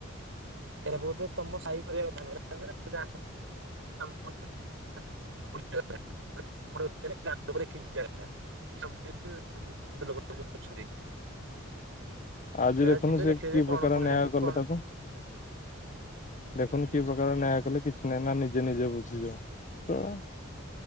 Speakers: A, on the right; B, on the left.
A: ଏରା ବୋଧେ ଏରା ତମ ସାଇ କରିବା କଥା ଗାଁ <unintelligible> <unintelligible> <unintelligible> ଅଛନ୍ତି। <inaudible>
B: ଆଜି
A: ସେରା
B: ଦେଖୁନୁ
A: ଯିବେ
B: ସେ
A: ଦେଖିବେ
B: କି
A: ଯେ କଣ
B: ପ୍ରକାର
A: କଣ
B: ନ୍ୟାୟ
A: ହେଇଛି
B: କଲେ
A: କଣ
B: ତାକୁ। ଦେଖୁନୁ
A: ହୁଁ
B: କି ପ୍ରକାର ନ୍ୟାୟ କଲେ କିଛି ନେନା ନିଜେ ନିଜେ ବୁଝିଆଜ ଶଳା